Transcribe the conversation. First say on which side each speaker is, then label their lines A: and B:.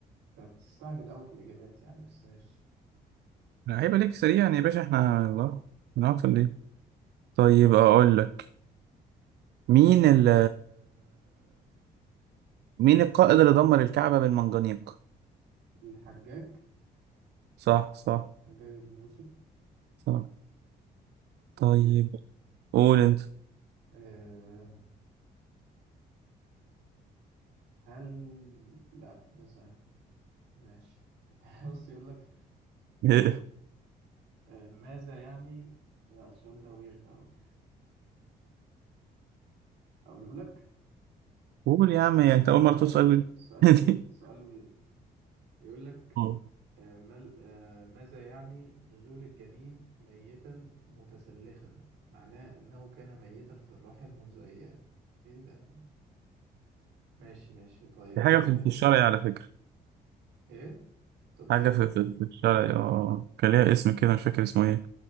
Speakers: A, on the right; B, on the right.
A: طب بتستعجل أوي في الإجابات يعني بس ماشي
B: لا، هيبقى ليك سريعا يا باشا احنا الله بنعطل ليه طيب اقول لك مين ال مين القائد اللي دمر الكعبة بالمنجنيق
A: الحجاج
B: صح صح
A: حجاج بن يوسف
B: صح
A: طيب
B: طيب قول انت
A: أه هل لا ده سهل ماشي <laughs> بص يقول لك
B: <laughs>
A: آه، ماذا يعني لا السؤال ده ويرد أوي أقوله لك
B: قول يا عم يعني انت اول
A: سؤال
B: مرة تسأل
A: سؤال
B: دي
A: ويرد
B: <laughs>
A: سؤال ويرد يقول لك
B: أه.
A: آه، مال آه، ماذا يعني نزول الجنين ميتا متسلخا معناه أنه كان ميتا في الرحم منذ أيام إيه ده ماشي ماشي طيب
B: دي حاجة
A: آه،
B: في في الشرعي على فكرة
A: إيه طب
B: حاجة
A: الشرعي
B: في في في الشرعي اه كان ليها اسم كده مش فاكر اسمه ايه